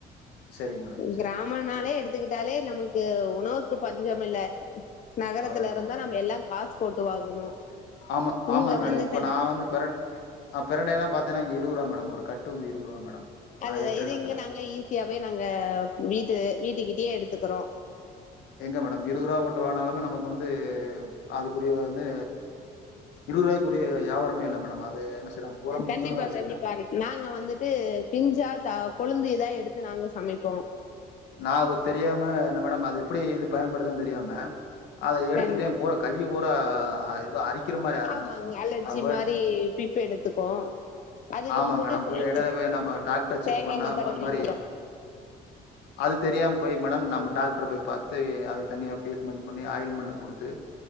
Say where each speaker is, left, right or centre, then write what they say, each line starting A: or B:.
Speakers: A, on the left (about 80°); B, on the left (about 45°).
A: சரிங்க மேடம் சரிங்க
B: கிராமனாலே
A: மேடம்
B: எடுத்துக்கிட்டாலே நமக்கு உணவுக்கு பஞ்சமில்ல நகரத்துல
A: அததா
B: இருந்தா
A: மேடம்
B: நம்ம எல்லா காசு போட்டு வாங்கணு
A: ஆமா ஆமா
B: இங்க
A: மேடம்
B: வந்துட்டு
A: இப்ப நா வந்து பிர ஆ பிரண்டைனா பாத்தங்கன்னாங்க இருவ்ரூபா மேடம் ஒரு கட்டு வந்து இருவரூபா மேடம் நா
B: அது
A: இருக்கிற
B: இது
A: எடத்துல
B: இங்க நாங்க ஈஸியாவே நாங்க வீடு வீட்டுக்கிட்டே எடுத்துக்கிறோ
A: எங்க மேடம் இருவருவா ஓட்டு வேணாலுமே நமக்கு வந்து அதுக்குரிய வந்து இருவரூபாய்குரிய வியாாரமே இல்ல மேடம் அது என்ன செய்றாங்க பூரா
B: கண்டிப்பா
A: முத்துணதா வச்சிருக்காங்க
B: கண்டிப்பா நாங்க வந்துட்டு பிஞ்சா தா கொளுந்து எதா எடுத்து நாங்க சமைப்போ
A: நா தெரியாம என்ன மேடம் அது எப்படி இது பயன்படுதுன்னு தெரியாம அத எடுத்துட்டே
B: கண்
A: பூரா கையிபுரா ஏது அரிக் க்கிற மாரி ஆம்பிச்சச்சு
B: ஆமாங்க
A: மேடம்
B: அலர்ஜி
A: அ போய்
B: மாரி பிப் எடுத்துக்கு அதுக்கு
A: ஆமா
B: வந்துட்டு
A: மேடம் போய்
B: தே
A: எடைல போய் என்ன ப டாக்டர் செக்
B: தேங்கா
A: பண்ணா
B: எண்ணெ தடவுனீங்க
A: அது மாரி அது தெரியாம போய் மேடம் நம்ம டாக்டர் போய் பாத்து அதுக்கு தனியா ட்ரீட்மெண்ட் பண்ணி ஆயில் மென்ட்டு குடுத்து